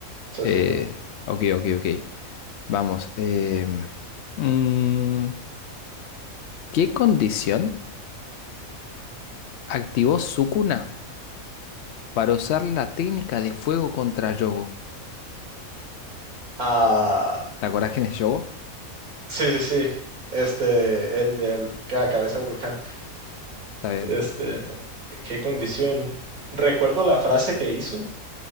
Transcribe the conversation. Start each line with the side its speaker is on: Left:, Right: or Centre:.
Right: Sí,
Left: Eh,
Right: sí, sí.
Left: ok, ok, ok. Vamos. em, mm, ¿qué condición activó Sukuna para usar la técnica de fuego contra Yogo?
Right: Ah,
Left: ¿Te acordás quién es Yogo?
Right: Sí, sí, sí. Este, el del que la cabeza de volcán.
Left: Está bien.
Right: Este, qué condición. Recuerdo la frase que hizo.